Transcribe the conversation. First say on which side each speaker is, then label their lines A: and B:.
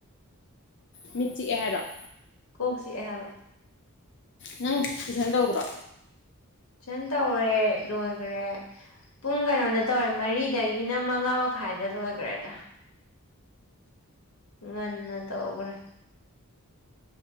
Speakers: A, on the left (about 55°); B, on the left (about 75°).
A: ꯃꯤꯆꯤꯑꯦ ꯍꯥꯏꯔꯛ
B: ꯀꯣꯛꯁꯤꯑ ꯍꯥꯏꯕ
A: ꯅꯪ ꯇꯨꯏꯁꯟ ꯇꯧꯕ꯭ꯔꯣ
B: ꯁꯦꯟ ꯇꯧꯔꯦ ꯂꯣꯏꯈꯔꯦ ꯄꯨꯡ ꯀꯩꯅꯣꯗ ꯇꯧꯔꯦ ꯃꯔꯤꯗꯒꯤꯅ ꯃꯉꯥ ꯃꯈꯥꯏꯗ ꯂꯣꯏꯈ꯭ꯔꯦꯗ ꯉꯟꯅ ꯇꯧꯈ꯭ꯔꯦ